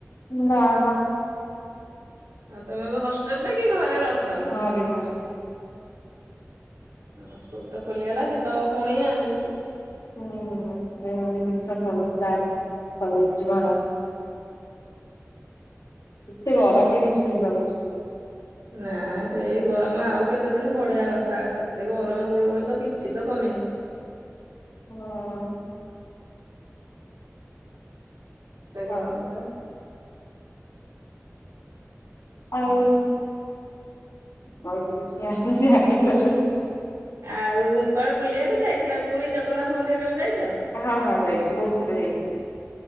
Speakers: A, on the left; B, on the right.
A: ନା ବା
B: ଆ ତମେ ହଷ୍ଟେଲରେ କି ଘରେରେ ଅଛ?
A: ଘରେ ଘରେ
B: ହଁ ସ୍କୁଲ ତ ଖୋଲିଗଲା ଯିବା ପୁଣି ଆଉ।
A: ହୁଁ ସେ ଜିନିଷ <unintelligible> କଲେଜ ଯିବାର। ଏତେ ଗରମରେ କିଛି ଯିବାକୁଛି
B: ନା ସେଇ ଗରମ ଆଉ କେତେ ଦିନ ବଢିଆ କଥା ଏତେ ଗରମ ଗୁଳଗୁଳିତ କିଛି ତ କମିନି।
A: ହଁ।
B: ସେଇ
A: ଛାଡ
B: ଗରମରେ
A: ଆଉ କିଛି ଜଣିଛି ଆଣିଥାରୁ
B: ଆଉ କୁଆଡେ ବୁଲିବାକୁ ଯାଇଥିଲା ପୁରୀ ଜଗନ୍ନାଥ ମନ୍ଦିର କେବେ ଯାଇଛ?
A: ହଁ ହଁ ଯାଇଛି ବହୁତ ଥରେ ଯାଇଛି